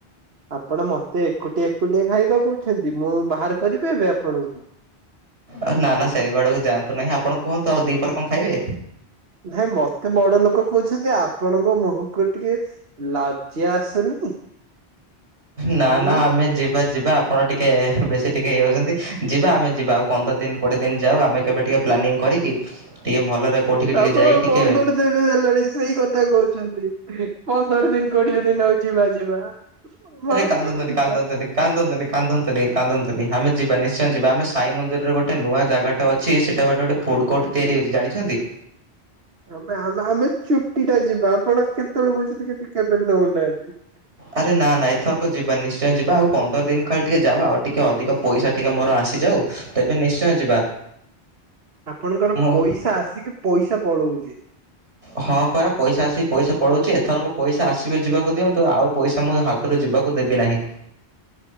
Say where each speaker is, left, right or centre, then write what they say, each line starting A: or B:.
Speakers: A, on the right; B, on the right.
A: ଆପଣ ମତେ ଏକୁଟିଆ ଏକୁଟିଆ ଖାଇବା କୋହୁଛନ୍ତି ମୁଁ ବାହାର କରିବି ଏବେ ଆପଣଙ୍କୁ
B: ଆଉ ନା ନା ସେଇ ଆଡକୁ ଯାଆନ୍ତୁ ନାହିଁ ଆପଣ କୁହନ୍ତୁ ଆଉ ଦିପହରେ କଣ ଖାଇବେ?
A: ନାହିଁ ମତେ ବଡ ଲୋକ କୋହୁଛନ୍ତି ଆପଣଙ୍କ ମୁହଁକୁ ଟିକେ ଲଜ୍ଜ୍ୟା ଆସୁନି।
B: ନା
A: ହୁଁ
B: ନା ଆମେ ଯିବା ଯିବା ଆ ଆପଣ ଟିକେ ବେଶୀ ଟିକେ ଇଏ ହୋଉଚନ୍ତି ଯିବା ଆମେ ଯିବା ଆଉ ପନ୍ଦର ଦିନ କୋଡ଼ିଏ ଦିନ ଯାଉ ଆମେ କେବେ ଟିକେ ପ୍ଲାନିଙ୍ଗ କରିକି ଟିକେ ଭଲରେ କୋଉଠିକି ଟିକେ
A: ଆପଣ
B: ଯାଇ ଟିକେ
A: ପନ୍ଦର ଦିନ ହେଲାଣି ସେଇ କଥା କୋହୁଛନ୍ତି ପନ୍ଦର ଦିନ କୋଡିଏ ଦିନ ହୋଉ ଯିବା ଯିବା ହ ବା
B: କାନ୍ଦନ୍ତୁନି
A: ଆରେ
B: କାନ୍ଦନ୍ତୁନି
A: ବା।
B: କାନ୍ଦନ୍ତୁନି କାନ୍ଦନ୍ତୁନି କାନ୍ଦନ୍ତୁନି ଆମେ ଯିବା ନିଶ୍ଚୟ ଯିବା ଆମେ ସାଇ ମନ୍ଦିରରେ ଗୋଟେ ନୂଆ ଜାଗାଟେ ଅଛି ସେଟା ବାଟେ ଗୋଟେ ଫୁଡ କୋର୍ଟ ତିଆରି ହୋଉଛି ଜାଣିଛନ୍ତି?
A: ଆମେ ହାଉଲେ ହାଉଲେ ଚୁଟିଟା ଯିବା ଆପଣ କେତୋଳେ କୋହୁଚନ୍ତି କିନ୍ତୁ କେବେ ନୋଉନାହାନ୍ତି।
B: ଆରେ ନାଁ ନାଁ ଏଥରକ ଯିବା ନିଶ୍ଚୟ ଯିବା ଆଉ ପନ୍ଦର ଦିନ ଖାଲି ଟିକେ ଯାଉ ଆଉ ଟିକେ ଅଧିକ ପଇସା ଟିକେ ମୋର ଆସିଯାଉ ତେବେ ନିଶ୍ଚୟ ଯିବା।
A: ଆପଣଙ୍କର
B: ମୁଁ
A: ପଇସା ଆସିକି ପଇସା ପଳୋଉଚି।
B: ହଁ ପରା ପଇସା ଆସିକି ପଇସା ପଳୋଉଚି ଏଥରକ ପଇସା ଆସିବେ ଯିବାକୁ ଦିଅନ୍ତୁ ଆଉ ପଇସା ମୁଁ ହା ତରୁ ଯିବାକୁ ଦେବିନାହିଁ।